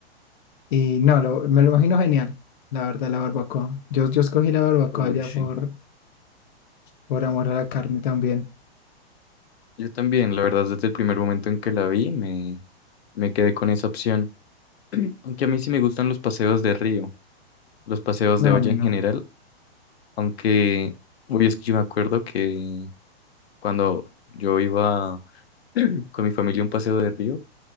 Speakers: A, on the left; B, on the left.
A: Y no, lo- me lo imagino genial, la verdad, la barbacoa. Yo, yo escogí la barbacoa
B: Uy,
A: ya
B: sí.
A: por, por amor a la carne también.
B: Yo también, la verdad, desde el primer momento en que la vi, me, me quedé con esa opción. <clears throat> Aunque a mí sí me gustan los paseos de río. los paseos
A: No,
B: de olla
A: a mí
B: en
A: no.
B: general, aunque uy es que yo me acuerdo que cuando yo iba con mi familia a un paseo de río,